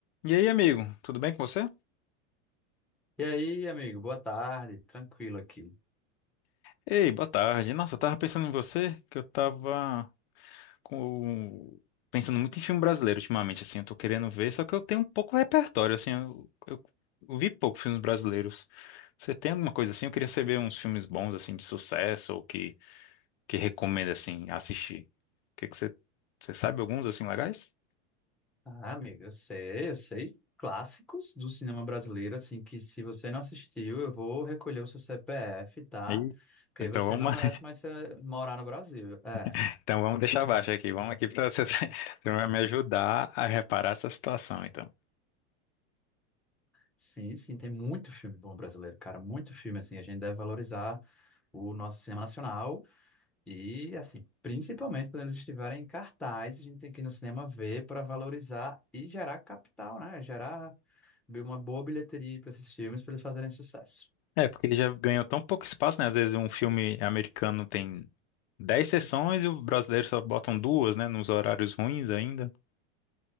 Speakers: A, on the left; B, in the centre.
A: E aí, amigo, tudo bem com você?
B: E aí, amigo, boa tarde, tranquilo aqui.
A: Ei, boa tarde. Nossa, eu tava pensando em você, que eu tava com... pensando muito em filme brasileiro ultimamente, assim, eu tô querendo ver, só que eu tenho um pouco repertório, assim, eu, eu, eu vi pouco filmes brasileiros. Você tem alguma coisa assim? Eu queria saber uns filmes bons, assim, de sucesso, ou que, que recomenda, assim, assistir. O que que você... Você sabe alguns, assim, legais?
B: Ah, amigo, eu sei, eu sei clássicos do cinema brasileiro, assim, que se você não assistiu, eu vou recolher o seu CPF, tá?
A: Ih,
B: Porque
A: Então
B: você
A: vamos,
B: não merece mais ser- morar no Brasil. É,
A: <laughs> então vamos deixar abaixo aqui, vamos aqui pra você, <laughs> você vai me ajudar a reparar essa situação, então.
B: sim, sim, tem muito filme bom brasileiro, cara, muito filme, assim, a gente deve valorizar o nosso cinema nacional e, assim, principalmente quando eles estiverem em cartaz, a gente tem que ir no cinema ver para valorizar e gerar capital, né? Gerar bi- uma boa bilheteria para esses filmes para eles fazerem sucesso.
A: É, porque ele já ganhou tão pouco espaço, né? Às vezes um filme americano tem 10 sessões e o brasileiro só botam duas, né? Nos horários ruins ainda.